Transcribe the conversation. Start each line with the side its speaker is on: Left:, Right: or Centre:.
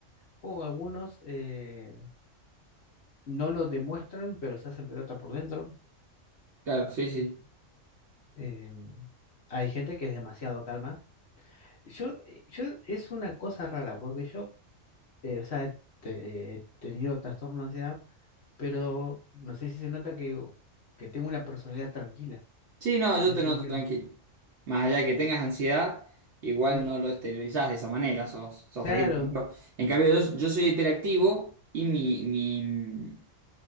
Left: o algunos eh, no lo demuestran, pero se hacen pelota por dentro.
Right: Claro, sí, sí.
Left: Eh, eh, hay gente que es demasiado calma. Yo, eh, yo es una cosa rara, porque yo eh, o sea, te- eh, he tenido trastorno de ansiedad, pero no sé si se nota que, que tengo una personalidad tranquila.
Right: Sí, no, yo
Left: Sí, sí,
Right: te
Left: tranquila.
Right: noto tranquilo. Más allá de que tengas ansiedad, igual
Left: Sí,
Right: no lo exteriorizás de esa manera, sos, sos
Left: claro,
Right: tranquilo. Por ejemplo, En cambio, yo, yo soy hiperactivo y mi, mi...